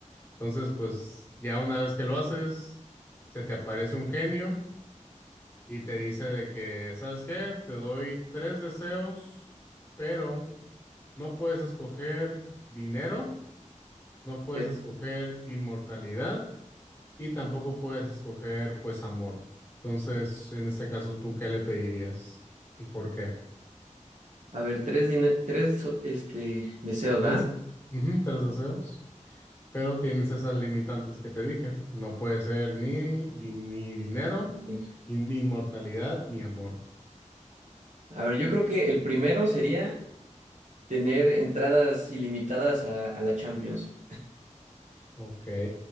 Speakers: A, on the left; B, on the right.
A: Entonces, pues ya una vez que lo haces, se te aparece un genio y te dice de que, ¿sabes qué? Te doy tres deseos, pero no puedes escoger dinero, no puedes
B: ¿qué?
A: escoger inmortalidad y tampoco puedes escoger, pues, amor. Entonces, en este caso, ¿tú qué le pedirías y por qué?
B: A ver, tres, dine- tres so- este, deseos,
A: Tres,
B: ¿ah?
A: ujú, tres deseos, pero tienes esas limitantes que te dije. No puede ser ni, di- ni dinero,
B: Sí.
A: ni ni inmortalidad, ni amor.
B: A ver, yo creo que el primero sería tener entradas ilimitadas a, a la Champions.
A: Ok.